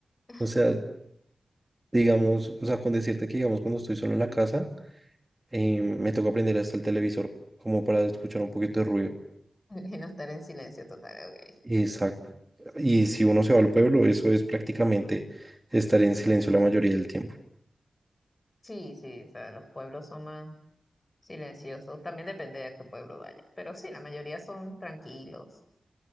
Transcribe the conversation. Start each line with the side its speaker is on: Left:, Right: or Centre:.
Left: <laughs>
Right: O sea, digamos, o sea, con decirte que, digamos, cuando estoy solo en la casa, eh, me toca aprender hasta el televisor como para escuchar un poquito de ruido.
Left: Y no estar en silencio total, ok.
Right: Exacto. Y si uno se va al pueblo, eso es prácticamente estar en silencio la mayoría del tiempo.
Left: Sí, sí, o sea, los pueblos son más silenciosos. También depende de a qué pueblo vayas. Pero sí, la mayoría son tranquilos,